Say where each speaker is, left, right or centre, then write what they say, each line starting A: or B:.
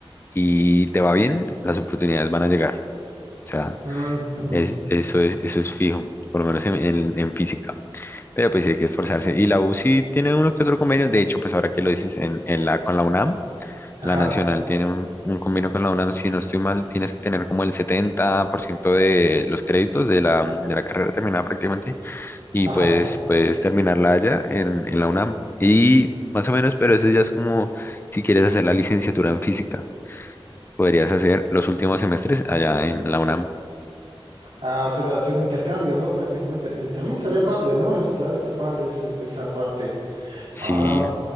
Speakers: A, on the left (about 25°); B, on the right (about 85°).
A: y te va bien, las oportunidades van a llegar. O sea,
B: Mm, ujú.
A: es- eso es, eso es fijo, por lo menos en en- en física. Pero pues sí hay que esforzarse. Y la U sí tiene uno que otro convenio. De hecho, pues ahora que lo dices en, en la, con la UNAM,
B: Ajá.
A: la Nacional tiene un, un convenio con la UNAM. Si no estoy mal, tienes que tener como el 70% de los créditos de la, de la carrera terminada prácticamente. Y
B: Ajá.
A: pues puedes terminarla allá en, en la UNAM. Y más o menos, pero eso ya es como si quieres hacer la licenciatura en física. Podrías hacer los últimos semestres allá en la UNAM.
B: Ah, hacer, hacer un intercambio, ¿no? Prácticamente. Eh, también estaría padre, ¿no? Está, está padre ese- esa parte.
A: Sí,
B: Ah,